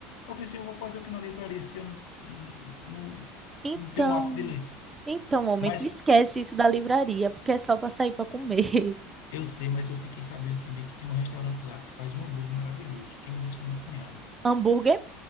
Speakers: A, on the left; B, on the right.
A: Eu falei assim, eu vou fazer o que na livraria, se eu não, não, não,
B: Então,
A: não tenho o hábito de ler.
B: então, homem,
A: Mas
B: tu esquece isso da livraria, porque é só pra sair pra comer. <laughs>
A: eu sei, mas eu fiquei sabendo também que tem um restaurante lá que faz um hambúrguer maravilhoso. Quem me disse foi meu cunhado.
B: Hambúrguer?